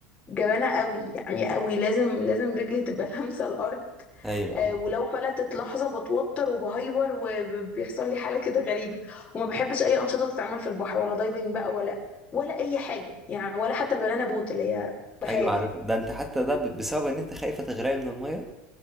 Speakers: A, on the left; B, in the centre.
A: جبانة قوي يعني قوي لازم لازم رجلي تبقى <laughs> لامسة الارض
B: ايوه
A: آه
B: ايوه
A: ولو فلتت لحظة بتوتر وبهيبر وبيحصل لي حالة كده غريبة وما بحبش اي انشطة تتعمل في البحر ولا دايفنج بقى ولا ولا اي حاجة يعني ولا حتى البنانا بوت اللي هي بخاف
B: أيوة، عارف ده انت حتى ده ب- بسبب ان انت خايفة تغرقي من المية